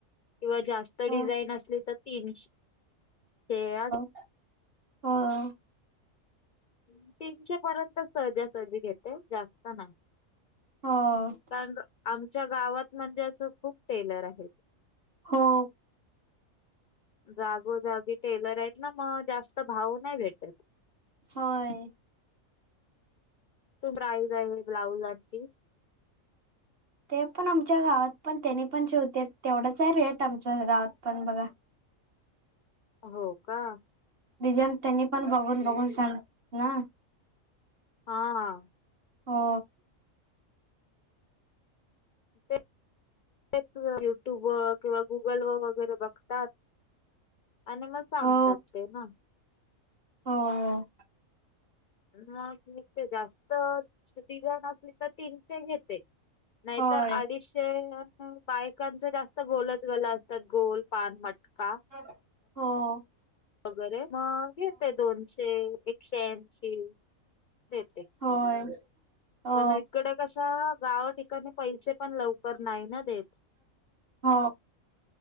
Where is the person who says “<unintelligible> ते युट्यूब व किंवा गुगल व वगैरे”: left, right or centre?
Left